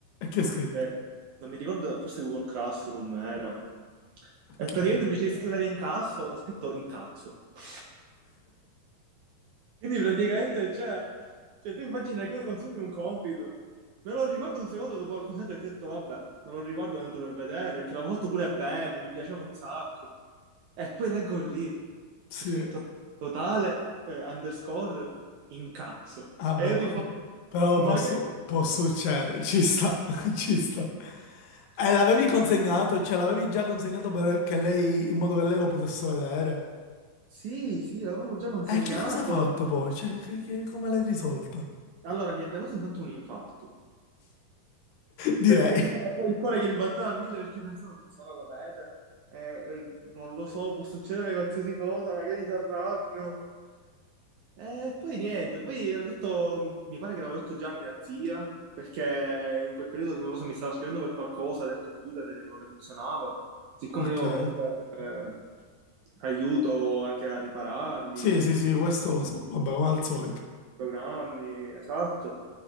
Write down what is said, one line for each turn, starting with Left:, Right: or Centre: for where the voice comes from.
Left: che è scritto?
Right: eh, non mi ricordo, forse Google Classroom era.
Left: Ok,
Right: E praticamente invece di scrivere incasso, ho scritto incazzo. <laughs> Quindi praticamente, cioè, cioè, tu immagina che io consegno un compito, me lo riguardo un secondo dopo che ho consegnato e che ho detto, vabbè, me lo riguardo tanto per vedere, perché l'avevo fatto pure bene, mi piaceva un sacco. E poi leggo lì,
Left: sì,
Right: c'è scritto totale, eh, underscore, incazzo.
Left: vabbè,
Right: E io tipo,
Left: po- però
Right: ma
Left: posso,
Right: che...
Left: può succedere, ci sta, <laughs> ci
Right: <clears throat>
Left: sta. E l'avevi consegnato, cioè l'avevi già consegnato perché lei, in modo che lei lo potesse vedere.
Right: Sì, sì, l'avevo già consegnato.
Left: E che cosa hai fatto poi? Cioè, che- che- come l'hai risolta?
Right: Allora, mi è venuto intanto un infarto.
Left: Direi.
Right: Perché tipo, avevo il cuore che imbatteva a mille perché pensavo, "Pizzo, ora lo vede, eh, eh, non lo so, può succedere qualsiasi cosa, magari si arrabbia. E poi niente, poi ho detto, mi pare che l'avevo detto già a mia zia, perché in quel periodo, non lo so, mi stava scrivendo per qualcosa del computer che non le funzionava. Siccome
Left: Ok.
Right: io comunque eh, aiuto anche a ripararli,
Left: Sì, sì, sì, questo lo so. Vabbè, come al solito.
Right: programmi, esatto.